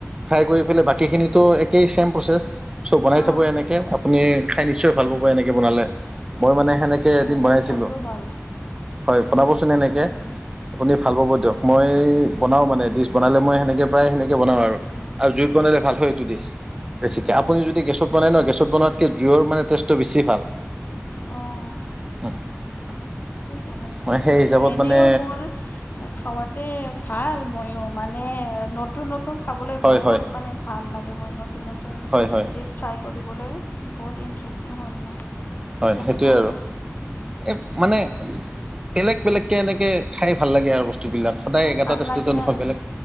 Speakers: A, on the right; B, on the left.
A: ফ্ৰাই কৰি পেলে বাকীখিনিটো একেই চেম প্ৰচছ চ' বনাই
B: অঁ
A: চাব এনেক। হে আপুনি
B: উম
A: খাই নিশ্চয় ভাল পাব এনেকে বনালে। মই মানে সেনেকে কে
B: বনাই
A: এদিন বনাইছিলোঁ।
B: চাম ৰ'বা আৰু
A: হয়' বনাবচোন এনেকে
B: উম
A: আপুনি ভাল পাব দিয়ক। মই বনাও মানে ডিচ বনালে মই সেনেকে প্ৰায় সেনেকে বনাওঁ আৰু।
B: উম
A: আৰু জুইত বনালে ভাল হয় এইটো দিছ। বেছিকে
B: উম
A: আপুনি যদি গেছত বনাই ন, গেছত বনোৱাতকৈ জুইয়ৰ মানে তেজ টো বেছি ভাল। <unintelligible>
B: অঁ সেইটো বনাই চাব
A: মই সেই
B: বাৰু।
A: হিচাপত
B: এনেও
A: মানে
B: মোৰ খোৱাতে ভাল ময়ো। মানে নতুন নতুন খাবলৈ
A: হয়
B: বহুত
A: হয়
B: মানে ভাল লাগে। মই নতুন নতুন ন
A: হয় হয়
B: ডিছ ট্ৰাই কৰিবলৈ, বহুত ইণ্টাৰেষ্টিং হ'য় মোৰ,
A: হয়
B: এনেকাই
A: সেইটোৱে
B: আৰু।
A: এই মানে বেলেগ বেলেগকে এনেকে খাই ভাল লাগে আৰু বস্তু বিলাক। সদায়
B: বৰ
A: একেটা
B: ভাল
A: টষ্টুতে
B: লাগে
A: নহয়
B: আৰু
A: বেলেগ।